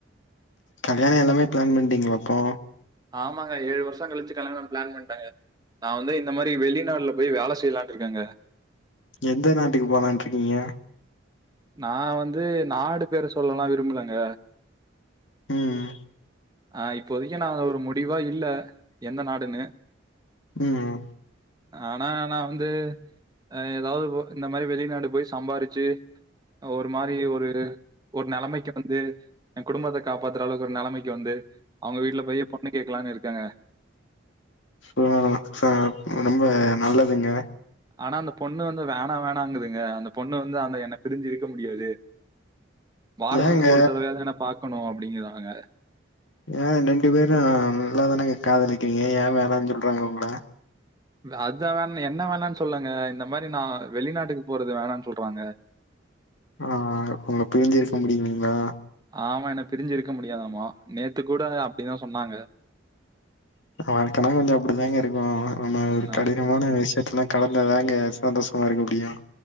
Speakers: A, on the left; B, on the right.
A: கல்யாண எல்லாமே பிளான் பண்ணிட்டீங்களா அப்போ
B: ஆமாங்க ஏழு வருஷோ கழிச்சி கல்யாண பிளான் பண்ட்டங்க நா வந்து இந்த மாரி வெளிநாடுல போய் வேல செய்லான்ட்டு இருக்கங்க
A: எந்த நாட்டுக்கு போலான் இருக்கீங்க
B: நா வந்து நாடு பேர சொல்லலா விரும்பலங்க
A: ம்
B: ஆ இப்போதிக்கு நா ஒரு முடிவா இல்ல எந்த நாடுன்னு
A: ம்
B: ஆனா நா வந்து அ ஏதாவது இந்த மாரி வெளிநாடு போய் சம்பாரிச்சு ஒரு மாரி ஒரு ஒரு நெலமைக்கு வந்து எய குடும்பத்த காப்பாத்துற அளவுக்கு ஒரு நெலமைக்கு வந்து அவுங்க வீட்டுல போய் பொண்ணு கேக்கலான்னு இருக்கங்க
A: <unintelligible> ரொம்ப நல்லதுங்க
B: ஆனா அந்த பொண்ணு வந்து வேணா வேணாங்குதுங்க அந்த பொண்ணு வந்து அந்த என்ன பிரிஞ்சு இருக்க முடியாது வாரத்துக்கு
A: ஏங்க
B: ஒரு தடவையாவுது என்ன பாக்கணு அப்டிங்குறாங்க
A: எய ரெண்டு பேரு நல்லாதானங்க காதலிக்கிறீங்க எய வேணானு சொல்றாங்க உங்கள
B: அத வேணா என்ன வேணானு சொல்லங்க இந்த மாரி நா வெளிநாட்டுக்கு போறது வேணானு சொல்றாங்க
A: ஆ உங்கள பிரி்ஞ்சு இருக்க முடில்லிங்களா
B: ஆமா என்ன பிரிஞ்சு இருக்க முடியாதாமா நேத்து கூட அப்டிதா சொன்னாங்க
A: வாழ்க்கனா கொஞ்ச அப்டித்தாங்க இருக்கு நம்ப ஒரு
B: நா
A: கடின மான விஷயத்தலா கலந்தாங்க சந்தோஷமா இருக்க முடியு